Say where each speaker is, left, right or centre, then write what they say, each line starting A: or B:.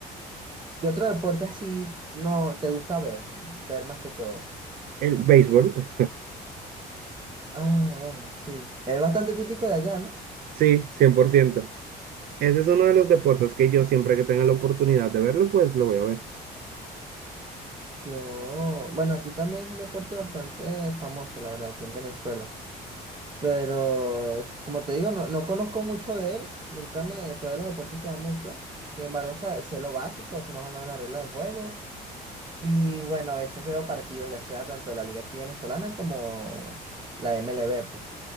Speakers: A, on the right (about 30°); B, on the right (about 60°).
A: ¿qué otro deporte así no te gusta ver? Ver más que todo.
B: El béisbol,
A: Ah, bueno, sí. Es bastante típico de allá, ¿no?
B: sí, cien por ciento Ese es uno de los deportes que yo siempre que tenga la oportunidad de verlo, pues lo voy a ver.
A: Yo, bueno, aquí también es un deporte bastante famoso, la verdad, aquí en Venezuela. Pero, como te digo, no, no conozco mucho de él. Nunca me fue de los deportes que más me gustó. Sin embargo, sa- sé lo básico, sé más o menos las reglas del juego. Y bueno, a veces veo partidos, ya sea tanto de la liga aquí venezolana como la MLB, pues.